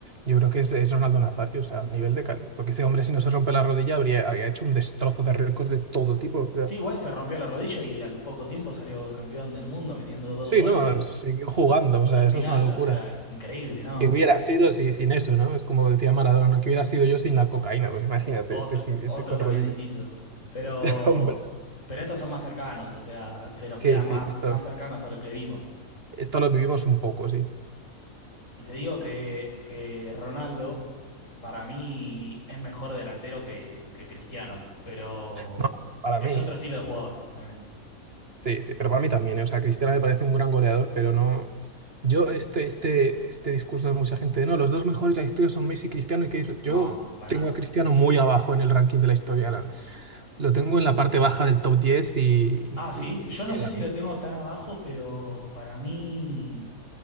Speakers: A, on the right; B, on the left.
A: yo creo que es, es Ronaldo Nazario, o sea, a nivel de calidad. Porque ese hombre si no se rompe la rodilla habría, habría hecho un destrozo de récords de todo tipo. o sea.
B: Sí, igual se rompió la rodilla y al poco tiempo salió campeón del mundo metiendo dos
A: Sí,
B: goles.
A: no, siguió jugando, o sea,
B: La
A: eso
B: final,
A: es una locura.
B: o sea, increíble, ¿no?
A: que hubiera sido si, sin eso, ¿no? Es como decía Maradona, ¿no? Que hubiera sido yo sin la cocaína, pues imagínate,
B: Otro,
A: este, sin-
B: otro
A: este con
B: también
A: rodillas.
B: distinto. Pero,
A: <laughs> Hombre,
B: pero estos son más cercanos, o sea, se nos
A: que
B: quedan
A: sí,
B: más,
A: esto,
B: más cercanos a lo que vimos.
A: esto lo vivimos un poco, sí.
B: Y te digo que, que Ronaldo, para mí, es mejor delantero que, que Cristiano, pero
A: No, para
B: es
A: mí,
B: otro estilo de jugador también.
A: sí, sí, pero para mí también, ¿eh? O sea, Cristiano me parece un gran goleador, pero no... Yo, este, este, este discurso de mucha gente de, no, los dos mejores de la historia son Messi y Cristiano, y que dis- yo
B: No, para
A: tengo
B: nada.
A: a Cristiano muy abajo en el ranking de la historia. la- lo tengo en la parte baja del top 10 y, y,
B: Ah,
A: y-
B: sí, yo no
A: y llega.
B: sé si lo tengo tan abajo, pero para mí